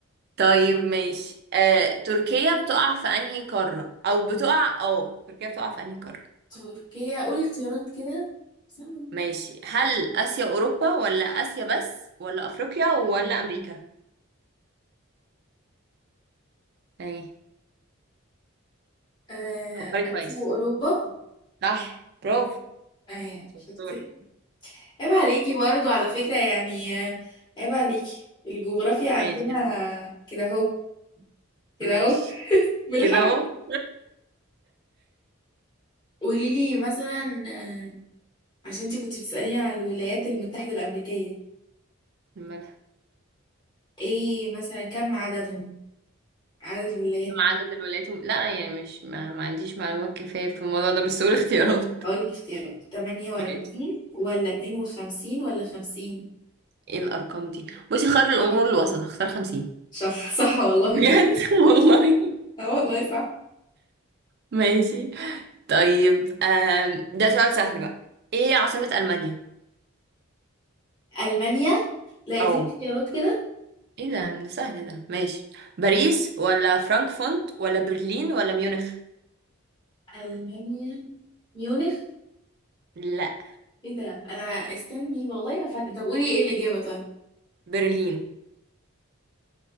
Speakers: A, on the right; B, on the left.
A: طيب ماشي آه، تركيا بتقع في أنهي قارة أو بتقع أو تركيا بتقع في أنهي قارة
B: تركيا قولي اختيارات كده استنى.
A: ماشي هل آسيا أوروبا ولا آسيا بس ولا أفريقيا ولا أمريكا ايه
B: آه،
A: فكري
B: اسيا
A: كويس
B: واوروبا
A: صح برافو
B: اه يعني
A: شطورة
B: شفتي عيب عليكي برضو على فكرة يعني آه، عيب عليكي الجغرافيا عندنا
A: ماشي يا سيدي
B: كده اهو كده
A: ماشي
B: اهو <laughs> بالحب
A: كده اهو
B: قولي لي مثلا آه، عشان انتي كنتي بتسأليني على الولايات المتحدة الأمريكية
A: الملح
B: ايه مثلا كم عددهم عدد الولايات
A: كم عدد الولايات الم... لا أنا يعني مش ما, ما عنديش معلومات كفاية في الموضوع ده بس قول اختيارات
B: هقول لك اختيارات 48
A: <laughs> ماشي
B: ولا 52 ولا 50
A: ايه الأرقام دي بصي خير الأمور الوسط اختار خمسين
B: صح صح والله
A: بجد
B: كده
A: <laughs>
B: <laughs>
A: والله
B: اه والله صح
A: ماشي طيب آم... ده سؤال سهل بقى ايه عاصمة ألمانيا؟
B: ألمانيا لا اديني
A: أو
B: اختيارات كده.
A: ايه ده ده سهل ده ماشي باريس ولا فرانكفورت ولا برلين ولا ميونخ؟
B: ألمانيا ميونخ
A: لا
B: ايه ده انا استني والله ما فاكره طب قولي ايه الاجابه طيب
A: برلين